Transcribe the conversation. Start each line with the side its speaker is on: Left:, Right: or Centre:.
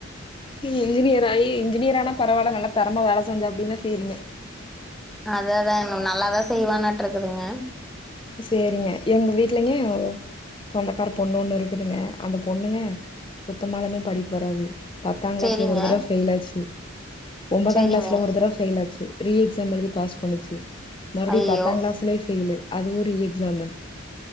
Left: இ இன்ஜினியர் ஆயி இன்ஜினியரானா பரவால்ல நல்லா தெரமா வேல செஞ்சா அப்டினா சேறீங்க
Centre: அத தா நல்லாதா செய்வான்ட்டருக்குதுங்க
Left: சேரிங்க எங்க வீட்லைங்க சொந்தக்கார பொண்ணு ஒண்ணு இருக்குதுங்க அந்த பொண்ணுங்க சுத்தமாலுமே படிப்பு வராது பத்தாங் கிளாஸ்ல
Centre: சேரிங்க
Left: ஒரு தடவ ஃபெயில் ஆச்சு ஒம்பதாங்
Centre: சேரிங்க
Left: கிளாஸ்ல ஒரு தடவ ஃபெயில் ஆச்சு ரீ எக்ஸாம் எழுதி பாஸ் பண்ணுச்சு மறுபடியு
Centre: ஐயோ
Left: பத்தாங் கிளாஸ்லயு ஃபெய்லு அது ஒரு ரீ எக்ஸாமு